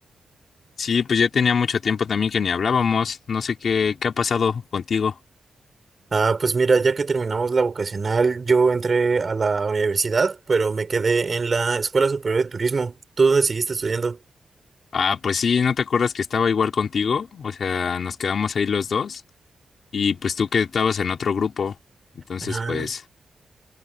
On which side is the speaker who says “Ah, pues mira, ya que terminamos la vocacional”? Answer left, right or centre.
Right